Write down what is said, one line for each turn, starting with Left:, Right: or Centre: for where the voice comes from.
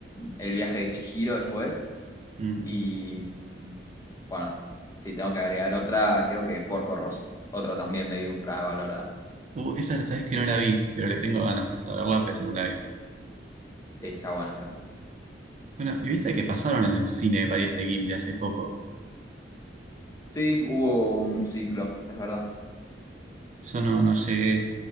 Left: el viaje de Chihiro después.
Right: Mm.
Left: Y bueno, si tengo que agregar otra, creo que Porco Rosso. Otra también medio infravalorada.
Right: Uh, esa sabes que no la vi, pero le tengo ganas de saberla, pero no la vi.
Left: Sí, está buena, está buena.
Right: Bueno, y viste que pasaron en el cine varias de Ghibli hace poco.
Left: Sí, hubo un ciclo, es verdad.
Right: Yo no, no llegué,